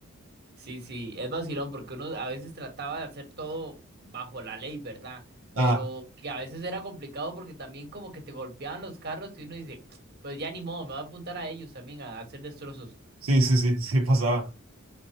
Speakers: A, on the right; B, on the right.
A: Sí, sí, es vacilón porque uno a veces trataba de hacer todo bajo la ley, ¿verdad?
B: Ah,
A: Pero que a veces era complicado porque también como que te golpeaban los carros y uno dice, pues ya ni modo, me voy a apuntar a ellos también a hacer destrozos.
B: sí, sí, sí, <laughs> sí pasaba.